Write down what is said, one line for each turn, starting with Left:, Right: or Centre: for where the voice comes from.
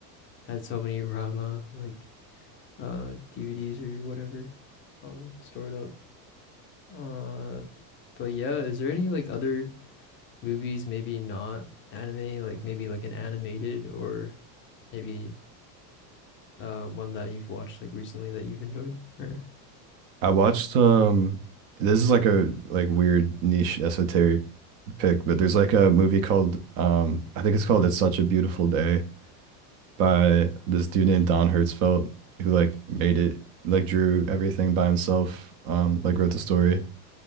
Left: had so many Ranma like uh DVDs or whatever um stored up. Uh, but yeah, is there any like other movies, maybe not anime, like maybe like an animated or maybe uh one that you've watched like recently that you've enjoyed or
Right: I watched um this is like a like weird niche esoteric pick, but there's like a movie called um I think it's called It's Such a Beautiful Day by this dude named Don Hertzfeldt who like made it like drew everything by himself, um like wrote the story.